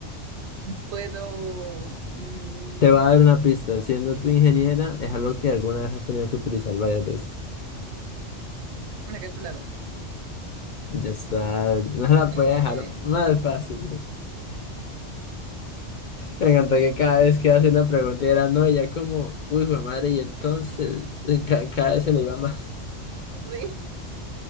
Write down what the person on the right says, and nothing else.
puedo, mm,
una calculadora,
Eh,
<laughs> sí,